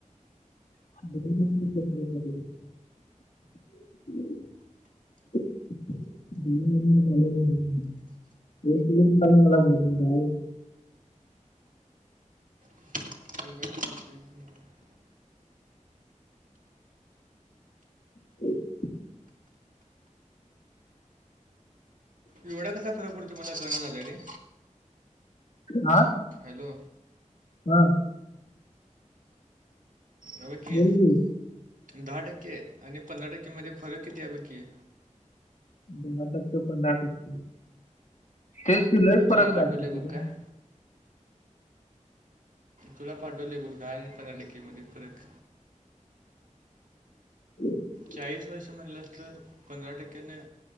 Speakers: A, on the left; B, on the right.
A: <unintelligible> <inaudible> मला भरून जा
B: अंगर
A: <unintelligible>
B: एवढा कसा फरक पडतो मला कडन झाले र
A: हा
B: हॅलो
A: हम्
B: अ बघकी
A: बोल की
B: दहा टक्के आणि पंधरा टक्के मध्ये फरक किती आहे बघकी
A: दहा टक्के पंधरा टक्के तेच पिलाही फरक
B: तुला पाठवले
A: दाखव
B: बघ
A: त
B: काय. तुला पाठवले बघ दहा आणि पंधरा टक्के मध्ये फरक
A: <unintelligible>
B: चाळीस वर्ष म्हणलं अस तर पंधरा टक्क्याने